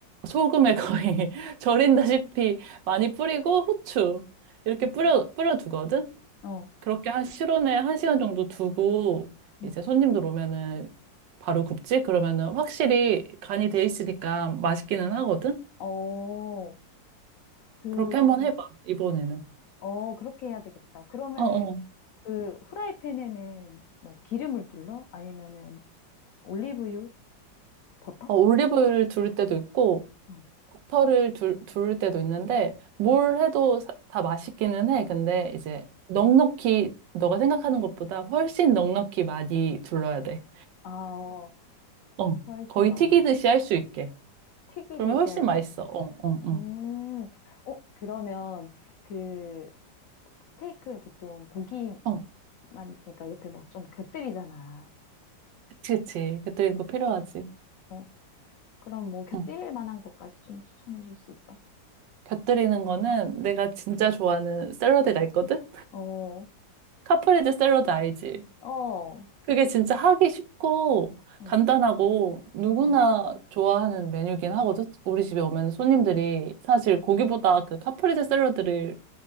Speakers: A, on the right; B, on the left.
A: 소금에 거의 <laughs> 절인다시피 많이 뿌리고 후추 이렇게
B: 후추.
A: 뿌려 뿌려 두거든.
B: 어,
A: 그렇게 한 실온에 한 시간 정도 두고
B: 응.
A: 이제 손님들 오면은 바로 굽지? 그러면은 확실히 간이 돼 있으니까 맛있기는 하거든?
B: 어, 그러면,
A: 그렇게 한번 해봐, 이번에는.
B: 어, 그렇게 해야 되겠다. 그러면은
A: 어, <laughs> 어.
B: 그 후라이팬에는 뭐 기름을 둘러? 아니면은 올리브유? 버터?
A: 어, 올리브유를 두를 때도 있고,
B: 어,
A: 버터를 두, 두를 때도 있는데, 뭘
B: 응.
A: 해도 사- 다 맛있기는 해. 근데
B: 어.
A: 이제 넉넉히, 너가 생각하는 것보다 훨씬 넉넉히 많이 둘러야 돼.
B: 아, 어,
A: 어,
B: 훨씬
A: 거의
B: 넉넉히.
A: 튀기듯이 할 수 있게.
B: 튀기듯이
A: 그러면 훨씬
B: 할 수
A: 맛있어.
B: 있게.
A: 어, 어,
B: 음, 어, 그러면 그 스테이크 보통 고기만
A: 어.
B: 있으니까 옆에 뭐 좀 곁들이잖아.
A: 그치, 그치. 곁들이는 거 필요하지.
B: 어, 그럼 뭐 곁들일
A: 응.
B: 만한 것까지 좀 추천해 줄 수 있어?
A: 곁들이는 거는 내가 진짜 좋아하는 샐러드가 있거든?
B: 어,
A: 카프레제 샐러드 알지?
B: 어,
A: 그게 진짜 하기 쉽고
B: 어,
A: 간단하고 누구나
B: 어.
A: 좋아하는 메뉴긴 하거든? 우리 집에 오면 손님들이 사실 고기보다 그 카프레제 샐러드를